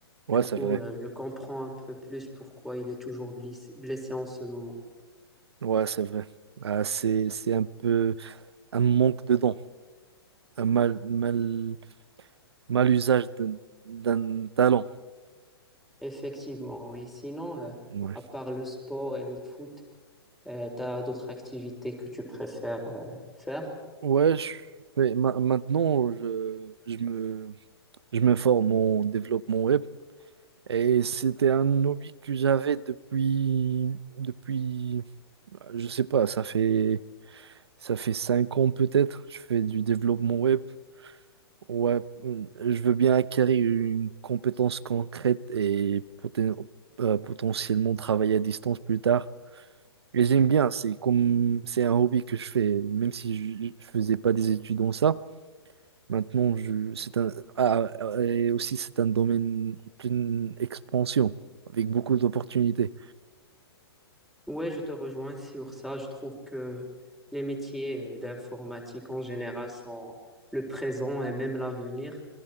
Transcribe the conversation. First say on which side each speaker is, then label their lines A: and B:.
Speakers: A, on the right (about 75°); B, in the centre.
A: Ouais,
B: Du
A: c'est
B: coup,
A: vrai.
B: euh, je comprends un peu plus pourquoi il est toujours blis- blessé en ce moment.
A: Ouais, c'est vrai. Ah, c'est, c'est un peu un manque de dons, un mal, mal, mal usage d'un d'un talent.
B: Effectivement, oui. Sinon, euh,
A: Ouais.
B: à part le sport et le foot, Euh, tu as d'autres activités que tu préfères euh, faire?
A: Ouais, je fais- ma- maintenant, je, je me, je me forme en développement web et c'était un hobby que j'avais depuis, depuis, je sais pas, ça fait, ça fait cinq ans peut-être. Je fais du développement web. Ouais, je veux bien acquérir une compétence concrète et poten- euh, potentiellement travailler à distance plus tard. Et j'aime bien, c'est comme, c'est un hobby que je fais, même si je, je faisais pas des études dans ça. Maintenant, je, c'est un, ah, ah, et aussi, c'est un domaine en pleine expansion, avec beaucoup d'opportunités.
B: Ouais, je te rejoins sur ça. Je trouve que les métiers euh, d'informatique en général sont le présent et même l'avenir.